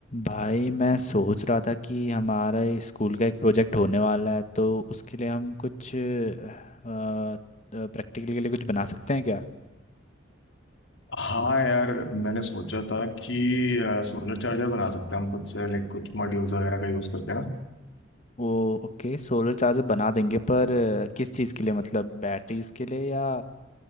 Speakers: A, on the left; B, on the left.
A: भाई मैं सोच रहा था कि हमारा स्कूल का एक प्रोजेक्ट होने वाला है तो उसके लिए हम कुछ प्रैक्टिकल के लिए कुछ बना सकते हैं क्या
B: हाँ यार मैंने सोचा था कि सोलर चार्जर बना सकते हैं हम खुद से लाइक कुछ मॉड्यूल्स वगैरह का यूज़ करके ना
A: वो ओके सोलर चार्जर बना देंगे पर अ, किस चीज़ के लिए मतलब बैटरीज के लिए या